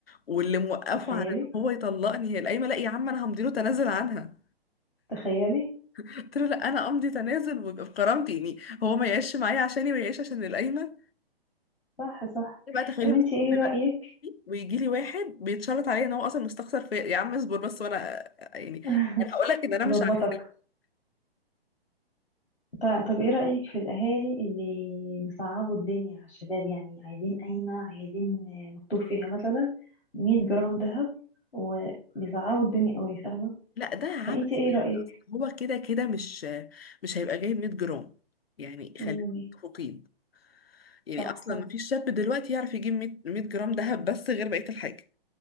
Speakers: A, on the left; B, on the left.
A: واللي موقفه
B: تخيلي
A: عن ان هو يطلقني هي القايمه لا يا عم انا همضي له تنازل عنها
B: تخيلي
A: قلت له لا انا امضي تنازل ويبقى بكرامتي يعني هو ما يعيش معايا عشاني ويعيش عشان القايمه
B: صح صح
A: بقى تخيلي
B: طب أنتي
A: مثلا
B: إيه
A: يبقى
B: رأيك
A: أنا في- ويجي لي واحد بيتشلط عليا ان هو اصلا مستخسر في يا عم اصبر بس وانا يعني
B: <laughs>
A: انا هقول لك ان انا
B: هظبطك
A: مش عارفه
B: ط- طب ايه رأيك في الأهالي اللي مصعبوا الدنيا على الشباب يعني عايزين قايمة عايزين آه، مكتوب فيها مثلا 100 جرام ذهب وبيصعبوا الدنيا قوي فاهمة
A: لا ده عبث
B: فانتي ايه
A: بجد
B: رأيك؟
A: أصلاً. هو كده كده مش مش هيبقى جايب 100 جرام يعني خلينا
B: امم
A: متفقين يعني
B: صح
A: اصلا
B: صح
A: مفيش شاب دلوقتي يعرف يجيب 100 100 جرام دهب بس غير بقيه الحاجه